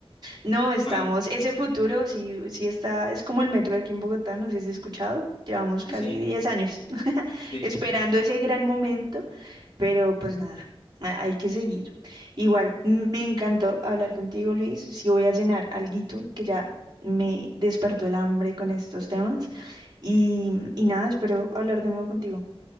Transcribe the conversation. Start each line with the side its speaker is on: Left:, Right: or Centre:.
Right: No, estamos,
Left: <laughs> mal,
Right: ese futuro sí, sí está, es como el metro aquí en Bogotá, no sé si has escuchado, llevamos
Left: sí,
Right: casi
Left: sí,
Right: 10 años <laughs>
Left: sí.
Right: esperando ese gran momento, pero pues nada, a- hay que seguir. Igual, me encantó hablar contigo, Luis, sí voy a cenar alguito que ya me despertó el hambre con estos temas y, y nada, espero hablar de nuevo contigo.